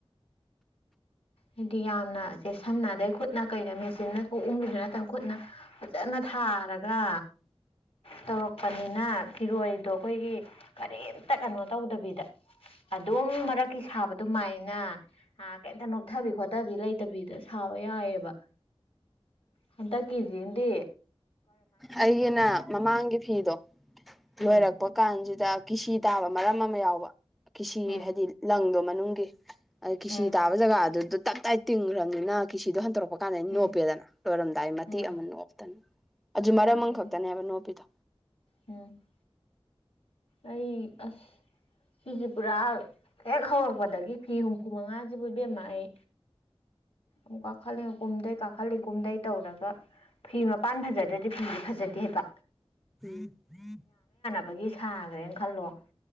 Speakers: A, on the left; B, in the centre.
A: ꯍꯥꯏꯗꯤ ꯌꯥꯝꯅ ꯁꯦꯁꯤꯟꯅꯗꯩ ꯈꯨꯠꯅ ꯀꯩꯗ ꯃꯦꯆꯤꯟꯅ ꯊꯣꯛꯎꯒꯤꯗꯨ ꯅꯠꯇꯅ ꯈꯨꯠꯅ ꯐꯖꯅ ꯊꯥꯔꯒ
B: <unintelligible>
A: ꯇꯧꯔꯛꯄꯅꯤꯅ
B: ꯎꯝ
A: ꯐꯤꯔꯣꯏꯗꯣ ꯑꯩꯈꯣꯏꯒꯤ ꯀꯔꯤꯝꯇ ꯀꯩꯅꯣ ꯇꯧꯗꯕꯤꯗ ꯑꯗꯨꯝ ꯃꯔꯛꯀꯤ ꯁꯥꯕ ꯑꯗꯨꯃꯥꯏꯅ ꯀꯩꯝꯇꯅꯣ ꯆꯠꯊꯕꯤ ꯈꯣꯠꯇꯕꯤ ꯂꯩꯇꯕꯤꯗ ꯁꯥꯕ ꯌꯥꯏꯕ ꯍꯟꯗꯛꯒꯤ ꯖꯤꯃꯗꯤ
B: ꯑꯩꯒꯤꯅ ꯃꯃꯥꯡꯒꯤ ꯐꯤꯗꯣ ꯂꯣꯏꯔꯛꯄ
A: ꯎꯝ
B: ꯀꯥꯟꯁꯤꯗ ꯀꯤꯁꯤ ꯇꯥꯕ ꯃꯔꯝ ꯑꯃ ꯌꯥꯎꯕ ꯀꯤꯁꯤ
A: ꯎꯝ
B: ꯍꯥꯏꯗꯤ ꯂꯪꯗꯣ ꯃꯅꯨꯡꯒꯤ ꯑ ꯀꯤꯁꯤ
A: ꯎꯝ
B: ꯇꯥꯕ ꯖꯒꯥꯗꯨ ꯇꯞ ꯇꯥꯏ ꯇꯤꯡꯈ꯭ꯔꯝꯅꯤꯅ ꯀꯤꯁꯤꯗꯣ ꯍꯟꯇꯣꯔꯛꯄ ꯀꯥꯟꯗ ꯅꯣꯞꯄꯦꯗꯅ
A: ꯎꯝ
B: ꯂꯣꯏꯔꯝꯗꯥꯏ ꯃꯇꯦꯛ
A: ꯎꯝ
B: ꯑꯃ ꯅ‌ꯣꯞꯇꯅ ꯑꯗꯨ ꯃꯔꯝ
A: ꯎꯝ ꯎꯝ
B: ꯑꯝꯈꯛꯇꯅꯦꯕ ꯅꯣꯞꯄꯤꯗꯣ
A: ꯎꯝ ꯑꯩ ꯑꯁ ꯐꯤꯁ‌ꯦ ꯄꯨꯔꯥ ꯍꯦꯛ ꯍꯧꯔꯛꯄꯗꯒꯤ ꯐꯤ ꯍꯨꯝꯐꯨ ꯃꯉꯥꯁꯤꯕꯨ ꯏꯕꯦꯝꯃꯥ ꯑꯩ ꯃꯨꯛ ꯀꯥꯈꯠꯂꯤ ꯑꯝ ꯀꯨꯝꯗꯩ ꯀꯥꯈꯠꯂꯤ ꯀꯨꯝꯗꯩ ꯇꯧꯔꯒ ꯐꯤ ꯃꯄꯥꯟ ꯐꯖꯗ꯭ꯔꯗꯤ ꯐꯤꯁ‌ꯦ ꯐꯖꯗꯦ ꯍꯥꯏꯕ
B: <unintelligible>
A: ꯕꯒꯤ ꯁꯥꯈ꯭ꯔꯦꯅ ꯈꯜꯂꯣ